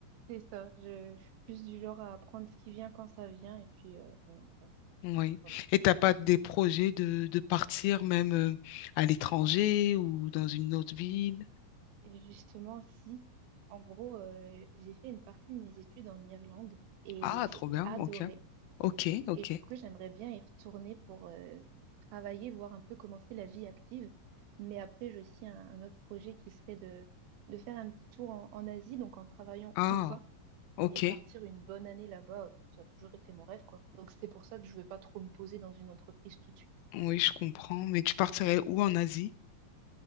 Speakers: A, on the right (about 85°); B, on the left (about 85°).
A: C'est ça. Je, je suis plus du genre à apprendre ce qui vient quand ça vient, et puis, euh, bon, le reste.
B: Oui.
A: voilà.
B: Et t'as pas des projets de, de partir même euh, à l'étranger ou dans une autre ville?
A: Et Justement, si. En gros, euh, j'ai fait une partie de mes études en Irlande et
B: Ah,
A: j'ai
B: trop bien.
A: adoré.
B: Ok. Ok, ok.
A: Et du coup, j'aimerais bien y retourner pour euh, travailler, voir un peu commencer la vie active. Mais après, j'ai aussi un, un autre projet qui serait de, de faire un petit tour en, en Asie, donc en travaillant
B: Ah,
A: ou pas.
B: ok.
A: Mais partir une bonne année là-bas, ça a toujours été mon rêve, quoi. Donc c'est pour ça que je ne vais pas trop me poser dans une entreprise tout de suite.
B: Oui, je comprends. Mais tu partirais où en Asie?